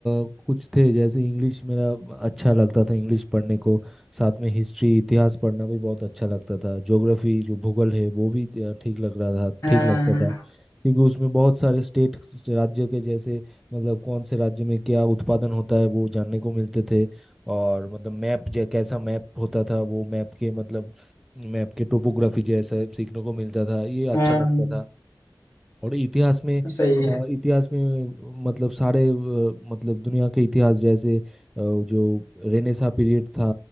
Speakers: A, in the centre; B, on the left.
A: अ, कुछ थे जैसे इंग्लिश मेरा अच्छा लगता था इंग्लिश पढ़ने को साथ में हिस्ट्री इतिहास पढ़ना भी बहुत अच्छा लगता था ज्योग्राफी जो भूगोल है वो भी अ, ठीक लग रहा था
B: हाँ
A: ठीक लगता था क्योंकि उसमें बहुत सारे स्टेट राज्य के जैसे मतलब कौन से राज्य में क्या उत्पादन होता है वो जानने को मिलते थे और मतलब मैप जै कैसा मैप होता था वो मैप के मतलब मैप के टोपोग्राफी जैसा सीखने को मिलता था ये अच्छा
B: हाँ,
A: लगता था और इतिहास में
B: सही है
A: अ, इतिहास में मतलब सारे अ, मतलब दुनिया के इतिहास जैसे अ, जो रेनेसा पीरियड था